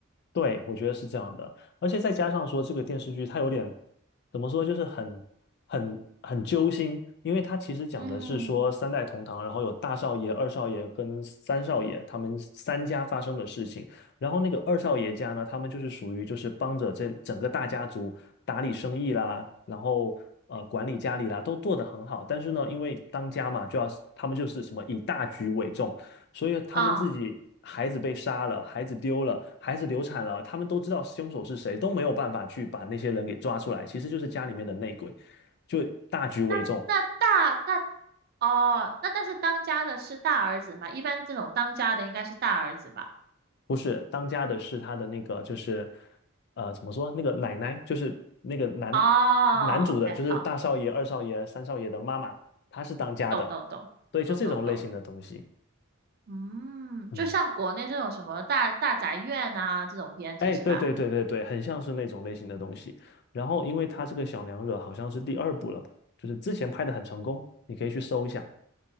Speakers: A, on the left; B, on the right.
A: 对，我觉得是这样的，而且再加上说这个电视剧它有点怎么说，就是很很很揪心，因为它其实讲的是说三代同堂，
B: 嗯，
A: 然后有大少爷、二少爷跟三少爷他们三家发生的事情，然后那个二少爷家呢，他们就是属于就是帮着这整个大家族打理生意啦，然后呃管理家里啦，都做得很好，但是呢，因为当家嘛，就要他们就是什么以大局为重。所以他们自己孩子被杀了，
B: 啊，
A: 孩子丢了，孩子流产了，他们都知道凶手是谁，都没有办法去把那些人给抓出来。其实就是家里面的内鬼，就大局为重，
B: 那那大那哦，那但是当家的是大儿子嘛，一般这种当家的应该是大儿子吧？
A: 不是当家的是他的那个就是呃怎么说那个奶奶，就是那个男男主的，
B: 哦，OK，
A: 就是大少爷、
B: 好，
A: 二少爷、三少爷的妈妈，她是当家的，
B: 懂懂懂懂懂懂，
A: 对，就这种类型的东西，
B: 嗯，
A: 嗯。
B: 就像国内这种什么大大宅院啊这种片子是吧？
A: 哎，对对对对对，很像是那种类型的东西。然后，因为他这个小娘惹好像是第二部了吧，就是之前拍的很成功，你可以去搜一下。